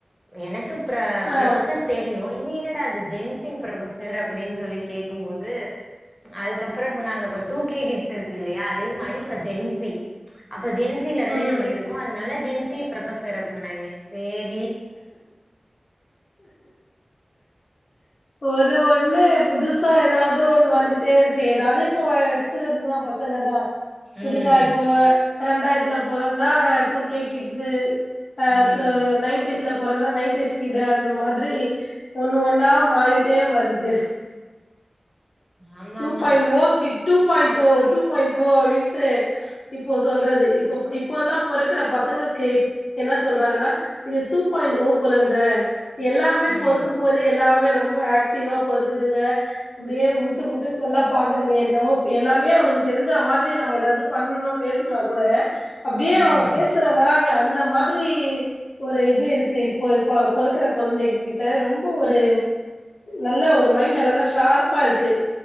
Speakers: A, in the centre; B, on the left (about 70°).
A: எனக்கு ப்ர
B: ஆ
A: ப்ரபசர் தெரியு இது என்னடா அந்த ஜென்சி ப்ரபசர் அப்டின் சொல்லி கேக்கும்போது அதுக்கப்பறோ இப்போ டூ கே கிட்ஸ் இருக்குல்லயா அதே மாரி இப்ப ஜென்சி அப் இப்ப ஜென்சில தானே
B: ம்
A: நம்ம இருக்கோ அதனால ஜென்சி ப்ரொபசர் அப்பனாங்க சேர்
B: ஒரு ஒ ஒண்ணு புதுசா ஏதாது ஒண்ணு வந்துட்டே இருக்கு ஏதாது இப்ப வச்சறதுதா பசங்க தா புதுசா
A: ம்
B: இப்போ ரெண்டாயித்துல பொறந்தா டூ கே கிட்ஸு அ
A: ம்
B: நைன்டிஸ் ல பொறந்தா நைன்டிஸ் கிட்டு அந்த மாதிரி ஒண்ணு ஒன்னா மாறிட்டே வருது.
A: ஆமாமா
B: டு பாயிண்ட் ஓ கிட். டு பாயிண்ட் ஓ டு பாயிண்ட் ஓ அப்படின்ட்டு இப்போ சொல்றது இப்போஇப் இப்போலான் பொறக்கற பசங்களுக்கு என்ன சொல்றாங்கன்னா இது டு பாயிண்ட் ஓ குழந்தா. எல்லாமே
A: ம்
B: பொறுக்கும் போதே எல்லாமே ரொ ரொம்ப ஆக்டிவா பொறக்குதுங்க அப்டியே மு முட்டு முட்டுன்னு நல்லா பாக்குதுங்க என்னவோ எல்லாமே அவுங்களுக்கு தெரிஞ்சா மாரி நம்ம ஏதாவது பண்ணோ பேசனா கூட. அப்டியே
A: ம்
B: அவுங்க பேச வராங்க அந்த மா மாரி ஒரு இது இருக்கு இப்போ இப்ப பொறக்கற கொல்ந்தைங்க கிட்ட ரொம்ப ஒரு நல்ல ஒரு மைண்ட நல்லா ஷார்ப்பா இருக்கு.